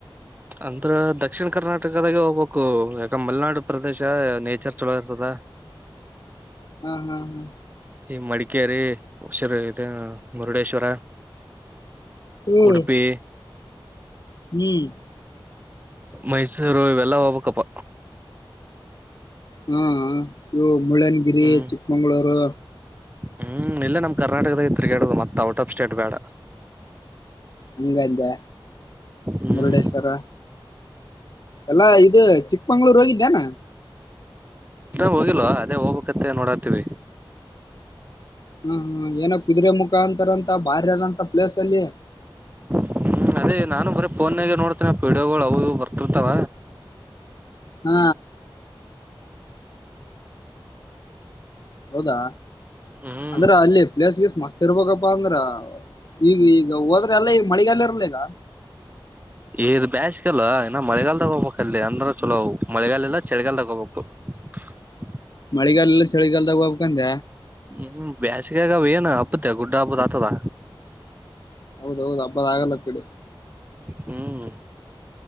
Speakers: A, on the right; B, on the left.
A: ಹ ಅಂದ್ರ ದಕ್ಷಿಣ ಕರ್ನಾಟಕದಾಗೆ ಹೋಗ್ಬೇಕು ಯಾಕ ಮಲೆನಾಡು ಪ್ರದೇಶ ನೇಚರ್ ಚಲೋ ಇರ್ತದ
B: ಹಾ ಹಾ ಹಾ
A: ಈ ಮಡಿಕೇರಿ ಹುಷಿರ್ ಇ ಮುರುಡೇಶ್ವರ
B: ಹ್ಮ್
A: ಉಡುಪಿ
B: ಹ್ಮ್
A: ಮೈಸೂರು ಇವೆಲ್ಲಾ ಹೋಗ್ಬಬೇಕಪ್ಪ
B: ಹಾ ಇವು ಮುಳ್ಳನಗಿರಿ
A: ಹ್ಮ್
B: ಚಿಕ್ಮಂಗಗಳೂರು
A: ಹ್ಮ್ ಇಲ್ಲೇ ನಮ್ ಕರ್ನಾಟಕದಾಗ ತಿರುಗಾಡುದು ಮತ್ತತ್ ಔಟ್ ಆಫ್ ಸ್ಟೇಟ್ ಬೇಡ
B: ಹಂಗಂದೆ
A: ಹ್ಮ್
B: ಮುರುಡೇಶ್ವರ ಎಲ್ಲಾ ಇದು ಚಿಕ್ಕಮಳೂರು ಹೋಗಿದ್ಯನಾ
A: ಹೋಗಿಲ್ವ ಅದೇ ಹೋಗ್ಬೇಕತ್ತ ನೋಡತ್ತೀವಿ
B: ಹ್ಮ ಹ್ಮ ಏನೋ ಕುದುರೆ ಮುಖ ಅಂತಾರಂತ ಬಾರಾದಂತ ಪ್ಲೇಸ್ ಅಲ್ಲಿ
A: ಹ್ಮ್ ಅದೇ ನಾನು ಬರೀ ಫೋನ್ಾಗ ನೋಡ್ತೀನ ವೀಡಿಯೋಗಳು ಅ ಬರ್ತಿರ್ತಾವ
B: ಹ್ಮ ಹೌದಾ
A: ಹ್ಮ್
B: ಅಂದ್ರ ಅಲ್ಲಿ ಪ್ಲೇಸ್ ಗೀಸ್ ಮಸ್ತ್ ಇರ್ಬೇಕಪ್ಪಾ ಅಂದ್ರ ಈಗ ಈಗ ಹೋದ ಅಲ್ಲ ಈ ಮಳಿಗಾಲ ಇರಲಿಿಲ್ಲ ಈಗ
A: ಇ್ ಬ್ಯಾಸ್ಗಲ್ಲ ಇಏ ಮಳೆಗಾಲಲ್ ತಗೋಬೇಕು ಅಲ್ಲಿ ಅಂದ್ರ ಚಲೋ ಮಳೆಗಾಲ ಎಲ್ಲ ಚಳಿಗಾಲ ತಗೋಬೇಕು <unintelligible> <inaudible>
B: ಮಳೆಗಾಲ ಎಲ್ಲ ಚಳಿಗಾಲದಾಗ ಹೋಗ್ಬೇಕಂದ
A: ಹ್ಮ್ ಬೇಾಸಿಗೆಗ ಏನ್ ಹಪ್ಪತ್ತೆ ಗುಡ್ಡ ಹಬ್ಬದ ಆಗ್ತದ
B: ಹೌದ ಹೌದು ಹಬ್ಬದ ಆಗಲ್ಲ ಕಡೆ
A: ಹ್ಮ್